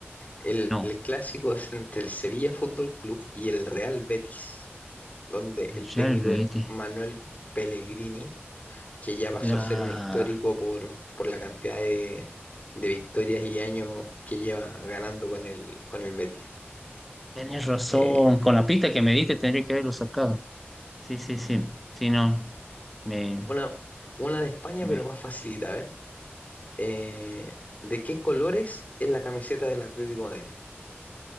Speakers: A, on the left (about 35°); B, in the centre.
A: el,
B: No,
A: el clásico es entre el Sevilla Fútbol Club y el Real Betis, donde
B: El
A: el
B: yerbe,
A: técnico es
B: ¿viste?
A: Manuel Pellegrini que ya pasó
B: La...
A: a ser un histórico por, por la cantidad de, de victorias y años que lleva ganando con el, con el Betis.
B: Tenés razón,
A: Eh,
B: con la pista que me diste tendría que haberlo sacado. Sí, sí, sí. Sí, no. Me,
A: una, una de España,
B: me...
A: pero más facilita. A ver, eh, ¿de qué colores es la camiseta del Atlético de Madrid?